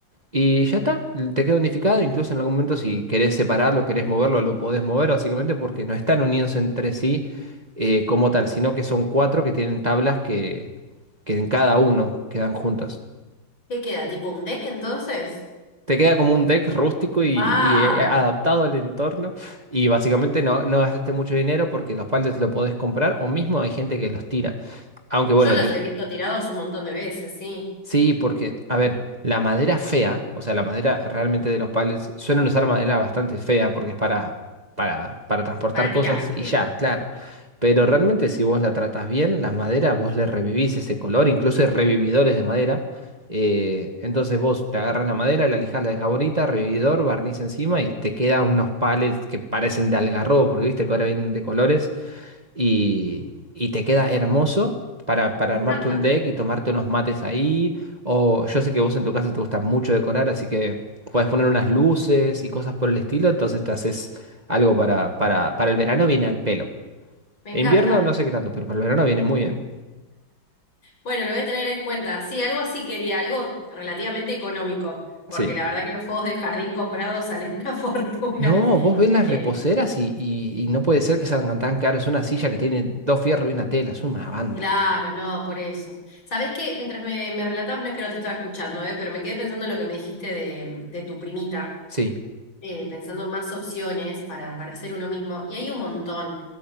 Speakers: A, on the right (about 20°); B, on the left (about 70°).
A: y ya está, te queda unificado, incluso en algún momento si querés separarlo, querés moverlo, lo podés mover básicamente porque no están unidos entre sí eh, como tal, sino que son cuatro que tienen tablas que, que en cada uno quedan juntas.
B: ¿Qué queda? ¿Tipo un deck entonces?
A: Te queda como un deck rústico y, y,
B: ¡Wow!
A: eh, adaptado al entorno y básicamente no, no gastaste mucho dinero porque los palets lo podés comprar o mismo hay gente que los tira. Aunque bueno,
B: Yo los
A: te-
B: he visto tirados un montón de veces, sí.
A: Sí, porque, a ver, la madera fea, o sea, la madera realmente de los palets, suelen usar madera bastante fea porque es para, para, para transportar
B: Para
A: cosas
B: tirar,
A: y
B: sí.
A: ya, claro. Pero realmente si vos la tratás bien, la madera, vos le revivís ese color, incluso hay revividores de madera. eh, entonces vos te agarras la madera, la lijás, la dejás bonita, revividor, barniz encima y te quedan unos palets que parecen de algarrobo, porque viste que ahora vienen de colores y, y te queda hermoso para, para
B: Me
A: armarte
B: encanta,
A: un deck y tomarte unos mates ahí. O yo sé que vos en tu casa te gusta mucho decorar, así que puedes poner unas luces y cosas por el estilo, entonces te haces algo para, para, para el verano viene al pelo.
B: me encanta.
A: En invierno no sé qué tanto, pero para el verano viene muy bien.
B: Bueno, lo voy a tener en cuenta. Sí, algo así quería, algo relativamente económico, porque
A: Sí.
B: la verdad que los juegos de jardín comprados salen <laughs> una fortuna.
A: No, vos ves las
B: Eh,
A: reposeras y, y- y no puede ser que salgan tan caros. Una silla que tiene dos fierros y una tela, es una banda.
B: claro, no, por eso. Sabés que mientras me, me relatabas, no es que no te estaba escuchando, eh, pero me quedé pensando en lo que me dijiste de, de tu primita,
A: Sí.
B: eh, pensando en más opciones para, para hacer uno mismo, y hay un montón.